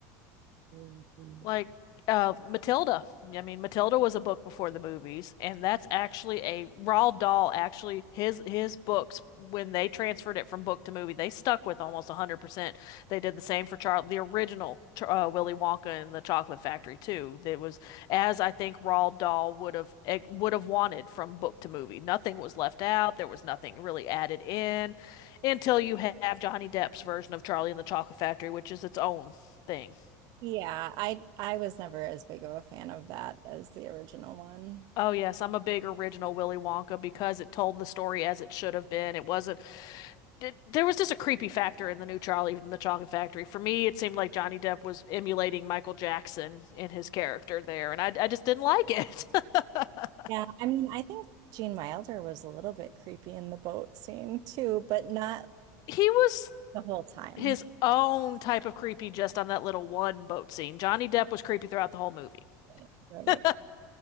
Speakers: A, on the right (about 55°); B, on the left (about 50°).
A: Mm, mm.
B: Like uh Matilda. I mean, Matilda was a book before the movies, and that's actually a Roald Dahl actually his his books when they transferred it from book to movie, they stuck with almost 100%. They did the same for Charlie the original Ch- uh, Willy Wonka and the Chocolate Factory too. It was as I think Roald Dahl would have eh, would have wanted from book to movie. Nothing was left out. There was nothing really added in until you have Johnny Depp's version of Charlie and the Chocolate Factory, which is its own thing.
A: Yeah, I I was never as big of a fan of that as the original one.
B: Oh yes, I'm a big original Willy Wonka because it told the story as it should have been. It wasn't th- there was just a creepy factor in the new Charlie and the Chocolate Factory. For me, it seemed like Johnny Depp was emulating Michael Jackson in his character there, and I I just didn't like it. <laughs>
A: Yeah, I mean, I think Gene Wilder was a little bit creepy in the boat scene too, but not
B: He was
A: the whole time.
B: his own type of creepy just on that little one boat scene. Johnny Depp was creepy throughout the whole movie.
A: Right. Right.
B: <laughs>